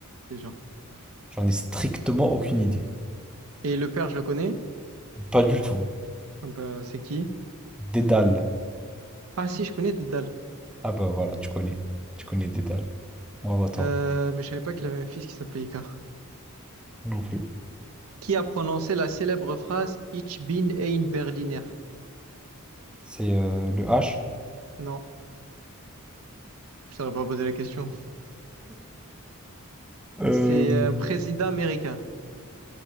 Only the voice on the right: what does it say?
déjà?
Et le père, je le connais.
Ah ben, c'est qui?
Ah si, je connais Dédale.
Euh, mais je savais pas qu'il avait un fils qui s'appelait Icare.
Qui a prononcé la célèbre phrase Ich bin ein Berliner?
Non, je ne saurais pas poser la question.
C'est un président américain.